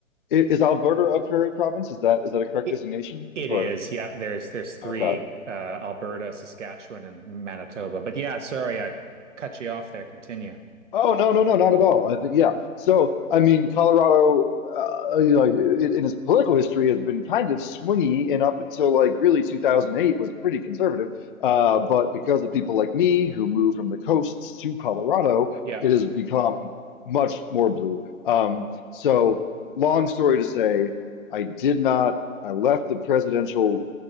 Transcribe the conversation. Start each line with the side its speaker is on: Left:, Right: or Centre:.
Left: i- is Alberta a Prairie Province? Is that is that a correct
Right: It,
Left: designation?
Right: it
Left: Or
Right: is. Yeah, there's there's three
Left: okay.
Right: uh Alberta, Saskatchewan, and Manitoba. But yeah, sorry, I cut you off there. Continue.
Left: Oh no, no, no, not at all. I think yeah. So I mean, Colorado, uh, you know, like it, in its political history, has been kind of swingy, and up until like really 2008 was pretty conservative. Uh, but because of people like me who moved from the coasts to Colorado,
Right: Yeah.
Left: it has become much more blue. Um, so long story to say, I did not. I left the presidential